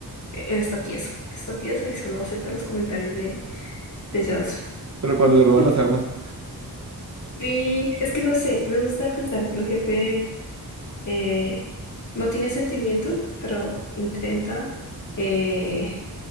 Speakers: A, on the left; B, on the right.
A: eh, él está tieso, está tieso y solo acepta los comentarios de, de Johnson.
B: Pero cuando le roban
A: <laughs>
B: las armas,
A: Y es que no sé, me gusta pensar que el jefe eh, no tiene sentimientos, pero intenta eh,